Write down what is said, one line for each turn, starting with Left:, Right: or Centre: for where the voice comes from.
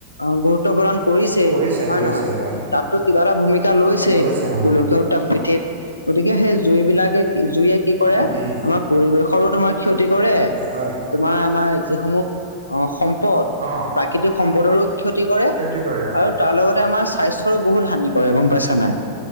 Left: অ গুৰুত্ব প্ৰদান কৰিছেই
Right: কৰিছে,
Left: হয়নে
Right: কৰিছে
Left: নহয়?
Right: হয়।
Left: তাতো কিবা এটা ভূমিকা লৈছেই
Right: লৈছে অ',
Left: গোলকীয় উত্তাপ পিঠিত গতিকে সেই জুইবিলাকে কি জুইয়ে কি কৰে,
Right: উম,
Left: আমাৰ পৰিৱেশৰো তোমাৰ ক্ষতি কৰে,
Right: হয়,
Left: তোমাৰ আমাৰ যিসমূহ অ সম্পদ,
Right: অ',
Left: প্ৰাকৃতিক সম্পদৰো ক্ষতি কৰে।
Right: খেতি কৰে অ'।
Left: আৰু তাৰ লগতে আমাৰ স্বাস্থ্যৰো বহুত হানি কৰে গম পাইছা নাই?